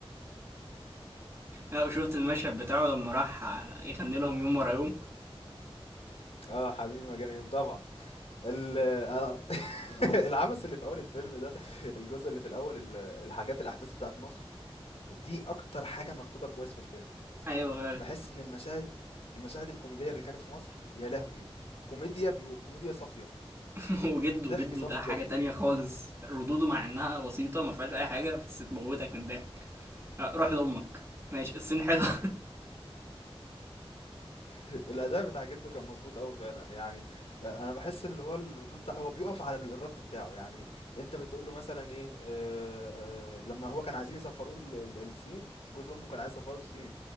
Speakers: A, on the right; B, on the left.
A: لا وشفت المشهد بتاعه لما راح يغني لهم يوم ورا يوم
B: اه حبيبي مجاني يوم طبعا ال- آه، <laughs> العبث اللي في أول الفيلم ده، الجزء اللي في الأول ال الحاجات الأحداث بتاعة مصر، دي أكتر حاجة مكتوبة كويس في الفيلم،
A: ايوه فعلا
B: باحس إن المشاهد المشاهد الكوميدية اللي كانت في مصر، يا لهوي! كوميديا pure كوميديا صافية،
A: <laughs> وجده
B: ضحك
A: وجده
B: صافي
A: ده
B: بجد.
A: حاجة تانية خالص ردوده مع انها بسيطة ما فيهاش اي حاجة بس تموتك من الضحك آه، روح لامك ماشي الصين حلوة
B: الأداء بتاع جده كان مضبوط قوي فعلًا، يعني أ أنا باحس اللي هو الردود بتاع هو بيُقف على ال الرَد بتاعه، يعني أنت بتقول له مثلًا إيه آآ، آآ، لمّا هو كان عايزين يسفّروه ال ال الصين، جوز أمه كان عايز يسفّره الصين،